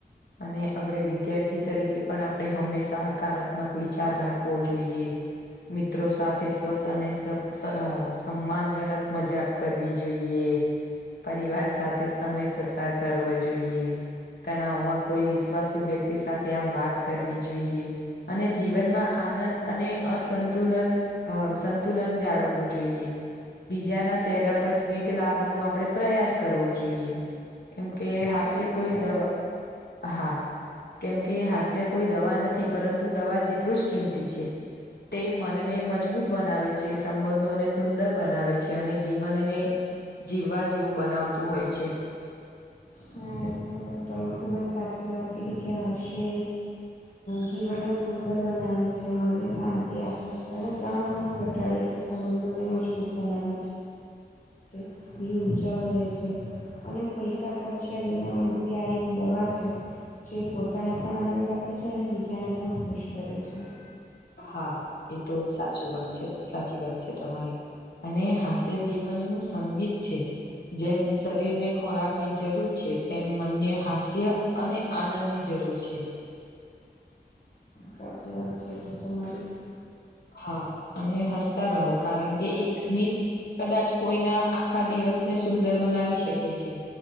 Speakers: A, on the left; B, on the left.
A: અને આપણે વિદ્યાર્થી તરીકે પણ આપણે હંમેશા હકારાત્મક વિચાર રાખવો જોઈએ. મિત્રો સાથે સ્વસ અને સ સમાનજનક મજાક કરવી જોઈએ, પરિવાર સાથે સમય પસાર કરવો જોઈએ. તણાવમાં કોઈ વિશ્વાસુ વ્યક્તિ સાથે આમ વાત કરવી જોઈએ. અને જીવનમાં આનંદ અને અસંતુલન અ સંતુલન જાળવવું જોઈએ. બીજાના ચહેરા પર સ્મિત લાવવાનો આપડે પ્રયાસ કરવો જોઈએ. એમ કે હાસ્ય
B: સાચી વાત છે
A: કોઈ દવા હા, કેમકે હાસ્ય કોઈ દવા નથી પરંતુ દવા જેટલું જ કિંમતી છે. તે મનને મજબૂત બનાવે છે સંબંધોને સુંદર બનાવે છે અને જીવનને જીવવા જેવું બનાવતું હોય છે.
B: હા એ તોલે તમે ખૂબ જ સાચી વાત કીધી ક્યાં હશે. જીવનને સુંદર બનાવે છે મનને શાંતિ આપે છે અને તણાવ પણ ઘટાડે છે સંબંધોને મજબૂત બનાવે છે. <unintelligible> બી ઊર્જા કરે છે અને પૈસા ખર્ચ્યા વિના મળતી આ એક દવા છે. જે પોતાને પણ આનંદ આપે છે અને બીજાને પણ ખુશ કરે છે.
A: હા એ તો સાચું વાત છે સાચી વાત છે તમારી અને હા. તે જીવનનું હું સંગીત છે. જેમ શરીર ને ખોરાક ની જરૂર છે તેમ મનને હાસ ય અને આનંદ ની જરૂર છે.
B: સાચી વાત છે તો તમારી
A: હા અને હસતા રહો કારણ કે એક સ્મિત કદાચ કોઈના આખા દિવસને સુંદર બનાવી શકે છે.